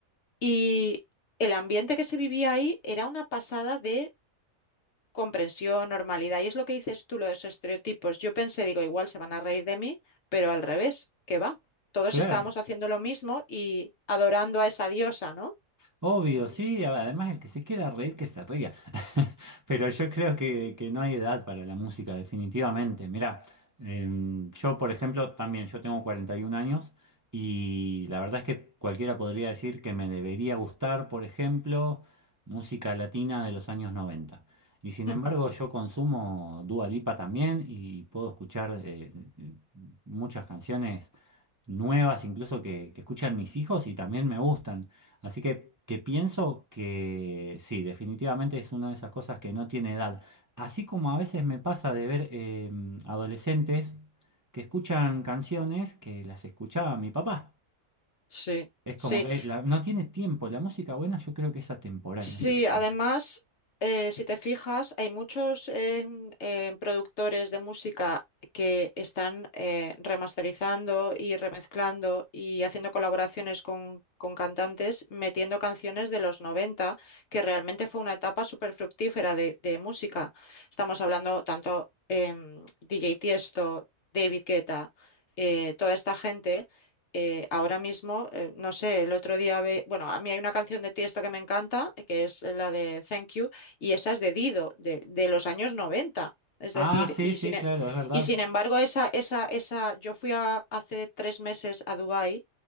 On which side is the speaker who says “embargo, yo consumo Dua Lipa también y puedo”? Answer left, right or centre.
Right